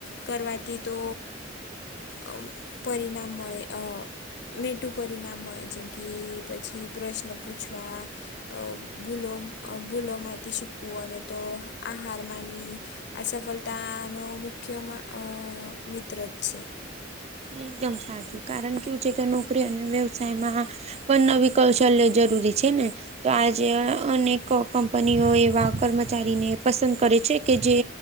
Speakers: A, on the left; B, on the right.
A: કરવાથી તો અહ પરિણામ મળે અહ મેટું પરિણામ હોય જેમ કે પછી પ્રશ્ન પૂછવા અહ ભૂલો અહ ભૂલોમાંથી શીખવું અને તો આહાર માનવી આ સફળતાનો મુખ્ય માં અહ મિત્રજ છે.
B: એકદમ સા જો કારણ કેવું છે કે નોકરી અને વ્યવસાયમાં પણ નવી કૌશલ્ય જરૂરી છે ને તો આજ જે અહ અનેક ક કંપનીઓ એવા કર્મચારીને પસંદ કરે છે કે જે